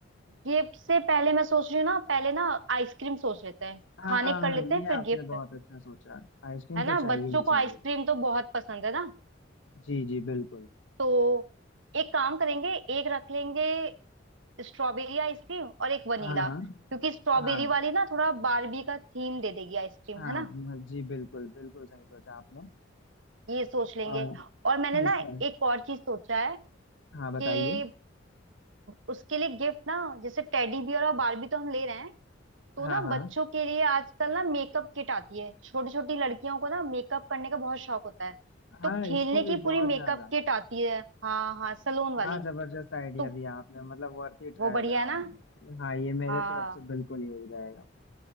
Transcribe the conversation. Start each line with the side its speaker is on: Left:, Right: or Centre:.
Right: ये से पहले मैं सोच रही हूँ ना पहले ना आइसक्रीम सोच लेते हैं
Left: हाँ
Right: खाने कर लेते
Left: ये
Right: हैं फिर
Left: आपने
Right: गिफ्ट
Left: बहुत अच्छा सोचा आइसक्रीम
Right: है
Left: तो
Right: ना
Left: चाहिए
Right: बच्चों
Left: ही चाहिए
Right: को आइसक्रीम तो बहुत पसंद है ना
Left: जी जी बिल्कुल
Right: तो एक काम करेंगे एक रख लेंगे स्ट्रॉबेरी आइसक्रीम और एक वनीला
Left: हाँ
Right: क्योंकि स्ट्रॉबेरी
Left: हाँ
Right: वाली ना थोड़ा बारबी का थीम दे देगी आइसक्रीम
Left: हाँ
Right: है ना
Left: हाँ, जी बिल्कुल बिल्कुल सही सोचा आपने
Right: ये सोच लेंगे
Left: और
Right: और
Left: ठीक
Right: मैंने ना
Left: है
Right: एक और चीज सोचा है
Left: हाँ बताइए
Right: कि उसके लिए गिफ्ट ना जैसे टेडी बियर और बारबी तो हम ले रहे हैं तो
Left: हाँ
Right: ना
Left: हाँ
Right: बच्चों के लिए आजकल ना मेकअप किट आती है छोटी छोटी लड़कियों को ना मेकअप करने का बहुत शौक होता है
Left: हाँ
Right: तो खेलने
Left: इसको भी
Right: की पूरी
Left: बहुत
Right: मेकअप
Left: ज्यादा
Right: किट आती है हाँ हाँ सलोन
Left: क्या
Right: वाली
Left: जबरदस्त आइडिया
Right: तो
Left: दिया आपने मतलब वर्थ इट रहेगा
Right: वो बढ़िया है
Left: हम
Right: ना
Left: हाँ ये मेरे
Right: हाँ
Left: तरफ से बिल्कुल यही रहेगा